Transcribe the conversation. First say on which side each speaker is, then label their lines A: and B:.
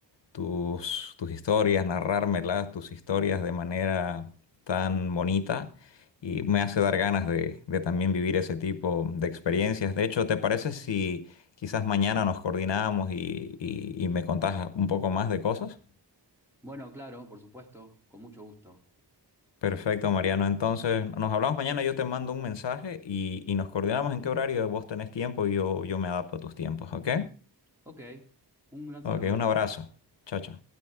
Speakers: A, on the left (about 80°); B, in the centre.
A: tus, tus historias, narrármelas, tus historias de manera tan bonita y me hace dar ganas de, de también vivir ese tipo de experiencias. De hecho, ¿te parece si quizás mañana nos coordinamos y, y y me contás un poco más de cosas?
B: Bueno, claro, por supuesto, con mucho gusto.
A: Perfecto, Mariano. Entonces, nos hablamos mañana, yo te mando un mensaje y, y nos coordinamos en qué horario vos tenés tiempo y yo, yo me adapto a tus tiempos, ¿ok?
B: Ok, un gran saludo.
A: Ok, un abrazo. Chao, chao.